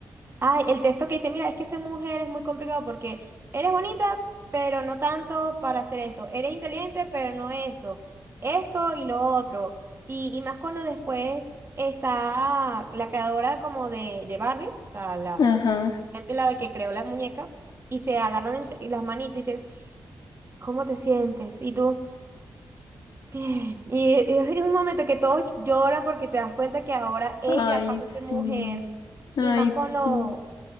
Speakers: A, on the right; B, on the left.
A: Ay, el texto que dice, mira, es que ser mujer es muy complicado porque eres bonita, pero no tanto para hacer esto. Eres inteligente, pero no esto. Esto y lo otro. Y, y más cuando después está la creadora como de, de Barbie, o sea, la,
B: ajá.
A: gente la que creó la muñeca, y se agarran entre- las manitos y dicen, ¿cómo te sientes? Y tú, bien. Y, y es un momento que todos lloran porque te das cuenta que ahora ella
B: Ay,
A: pasa
B: sí.
A: a ser mujer.
B: Ay,
A: Y más Claro.
B: sí.
A: cuando